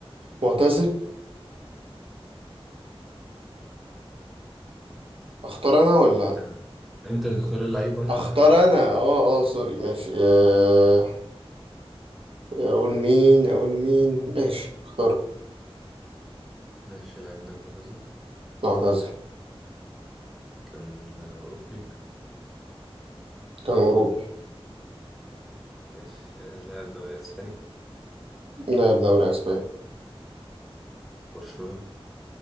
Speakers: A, on the right; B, in the centre.
A: معتزل اختار انا ولا
B: آه. أنت تختار اللعيب وأنا
A: اختار
B: أسأل
A: انا اه اه سوري ماشي آه اقول مين اقول مين ماشي اختار
B: ماشي اللعيب ده معتزل
A: معتزل
B: كان آه، أوروبي
A: كان اوروبي
B: ماشي آه، لاعب دوري أسباني
A: لاعب دوري اسباني
B: برشلونة